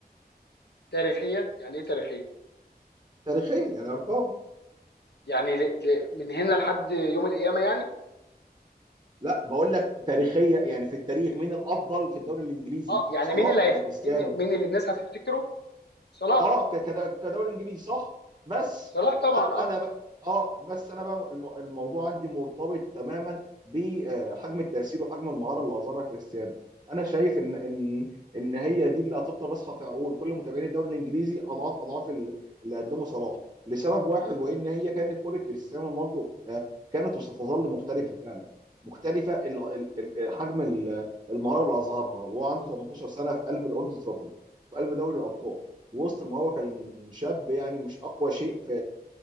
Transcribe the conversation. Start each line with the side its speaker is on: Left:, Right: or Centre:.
Left: تاريخيا يعني ايه تاريخيا
Right: تاريخيا يعني ارقام
Left: يعني ل... ل... من هنا لحد يوم القيامه يعني
Right: لا بقول لك تاريخيا يعني في التاريخ مين الافضل في الدوري الانجليزي
Left: اه يعني
Right: صلاح
Left: مين اللي هيفت...
Right: ولا كريستيانو
Left: مين مين اللي الناس هتفتكره صلاح
Right: اه ك- كد- كدوري انجليزي صح بس
Left: صلاح طبعا
Right: أ-
Left: اه
Right: انا بقى اه بس انا بقى الم- الموضوع عندي مرتبط تماما بحجم التاثير وحجم المهاره اللي اظهرها كريستيانو انا شايف ان ان ان هي دي اللي هتفضل راسخه في عقول كل متابعين الدوري الانجليزي اضعاف اضعاف ال- اللي قدمه صلاح لسبب واحد وان هي كانت كره كريستيانو رونالدو آه، كانت وستظل مختلفه فعلا مختلفه ال-
Left: م-
Right: ال- ال- آه، حجم ال- المهاره اللي اظهرها وهو عنده 18 سنه في قلب الاولد ترافورد في قلب دوري الابطال وسط ما هو كان شاب يعني مش اقوى شيء في